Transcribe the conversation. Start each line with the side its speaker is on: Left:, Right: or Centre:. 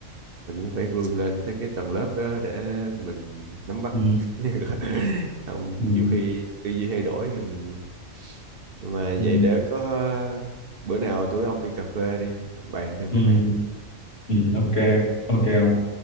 Right: mình cũng phải vươn lên tới cái tầng lớp đó để mình nắm bắt
Left: ừ,
Right: <laughs> không
Left: ừ,
Right: nhiều khi tư duy thay đổi thì m- nhưng mà
Left: ừ,
Right: vậy để có ờ, bữa nào tụi ông đi cà phê đi bàn thêm
Left: ừ,
Right: cái này
Left: ừ, ok ok ông